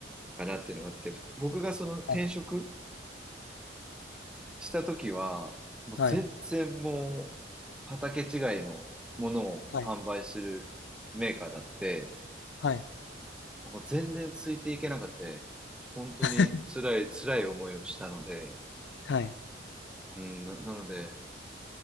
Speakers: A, in the centre; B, on the left.
A: かなっていうのがあって、僕がその転職
B: はい、
A: した時は、もう全然もう畑違いのものを販売するメーカーだって、
B: はい、はい。はい。
A: もう全然ついていけなくて、本当に辛い、
B: <laughs>
A: 辛い思いをしたので、
B: はい。
A: うん、な、なので、